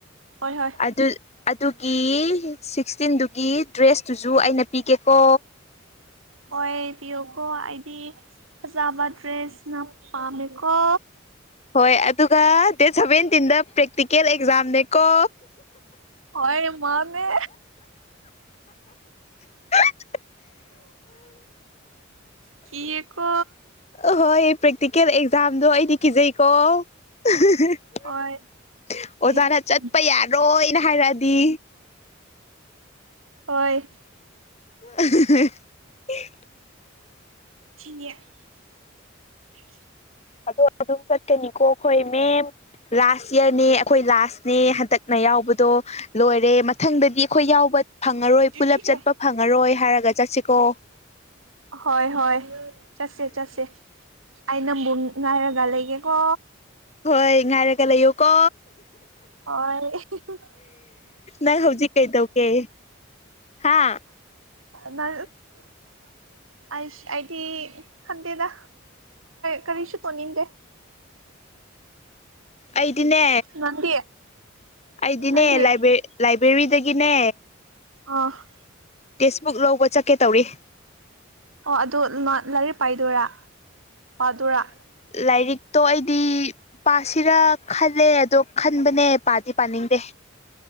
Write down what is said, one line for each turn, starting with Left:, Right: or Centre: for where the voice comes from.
Right: ꯍꯣꯏ ꯍꯣꯏ
Left: ꯑꯗꯨ ꯑꯗꯨꯒꯤ ꯁꯤꯛꯁꯇꯤꯟꯗꯨꯒꯤ ꯗ꯭ꯔꯦꯁꯇꯨꯖꯨ ꯑꯩꯅ ꯄꯤꯒꯦꯀꯣ
Right: ꯍꯣꯏ ꯄꯤꯌꯣꯀꯣ ꯑꯩꯗꯤ ꯐꯖꯕ ꯗ꯭ꯔꯦꯁꯅ ꯄꯥꯝꯃꯦꯀꯣ
Left: ꯍꯣꯏ ꯑꯗꯨꯒ ꯗꯦꯠ ꯁꯚꯦꯟꯇꯤꯟꯗ ꯄ꯭ꯔꯦꯛꯇꯤꯀꯦꯜ ꯑꯦꯛ ꯖꯝꯅꯦꯀꯣ
Right: ꯍꯣꯏ ꯃꯥꯅꯦ
Left: <unintelligible>
Right: ꯀꯤꯌꯦꯀꯣ
Left: ꯑꯍꯣꯏ ꯄ꯭ꯔꯦꯛꯇꯤꯀꯦꯜ ꯑꯦꯛꯖꯥꯝꯗꯣ ꯑꯩꯗꯤ ꯀꯤꯖꯩꯀꯣ ꯑꯣꯖꯥꯅ
Right: ꯍꯣꯏ ꯑꯦ
Left: ꯆꯠꯄ ꯌꯥꯔꯣꯏꯅ ꯍꯥꯏꯔꯛꯑꯗꯤ
Right: ꯍꯣꯏ
Left: <inaudible>
Right: <unintelligible>
Left: ꯑꯗꯣ ꯑꯗꯨꯝ ꯆꯠꯀꯅꯤꯀꯣ ꯑꯩꯈꯣꯏ ꯃꯦꯝ ꯂꯥꯁ ꯏꯌꯥꯔꯅꯦ ꯑꯩꯈꯣꯏ ꯂꯥꯁꯅꯦ ꯍꯟꯗꯛꯅ ꯌꯥꯎꯕꯗꯣ ꯂꯣꯏꯔꯦ ꯃꯊꯪꯗꯗꯤ ꯑꯩꯈꯣꯏ ꯌꯥꯎꯕ ꯐꯪꯉꯔꯣꯏ
Right: ꯑ
Left: ꯄꯨꯂꯞ ꯆꯠꯄ ꯐꯪꯉꯔꯣꯏ ꯍꯥꯏꯔꯒ ꯆꯠꯁꯤꯀꯣ
Right: ꯍꯣꯏ ꯍꯣꯏ ꯆꯠꯁꯦ ꯆꯠꯁꯦ ꯑꯩ ꯅꯪꯕꯨ ꯉꯥꯏꯔ ꯂꯩꯒꯦ ꯀꯣ
Left: ꯍꯣꯏ ꯉꯥꯏꯔꯒ ꯂꯩꯌꯣꯀꯣ
Right: <unintelligible> ꯑ
Left: ꯅꯪ ꯍꯧꯖꯤꯛ ꯀꯩꯗꯧꯒꯦ ꯍꯥ
Right: ꯅ ꯑ ꯑꯩꯗꯤ ꯈꯟꯗꯦꯗ ꯀꯔꯤꯁꯨ ꯇꯧꯅꯤꯡꯗꯦ
Left: ꯑꯩꯗꯤꯅꯦ
Right: ꯅꯪꯗꯤ
Left: ꯑꯩꯗꯤꯅꯦ
Right: ꯅꯪꯗꯤ
Left: ꯂꯥꯏꯕꯦꯔꯤꯥꯏ ꯕꯔꯗꯒꯅꯦ
Right: ꯑ
Left: ꯇꯦꯛꯁꯕꯨꯛ ꯂꯧꯕ ꯆꯠꯀꯦ ꯇꯧꯔꯤ
Right: ꯑꯣ ꯑꯗꯨ ꯂꯥꯏꯔꯤꯛ ꯄꯥꯏꯗꯣꯏꯔꯥ ꯄꯥꯗꯣꯏꯔꯥ
Left: ꯂꯥꯏꯔꯤꯛꯇꯣ ꯑꯩꯗꯤ ꯄꯥꯁ ꯁꯤꯔ ꯈꯜꯂꯦ ꯑꯗꯣ ꯈꯟꯕꯅꯦ ꯄꯥꯗꯤ ꯄꯥꯅꯤꯡꯗꯦ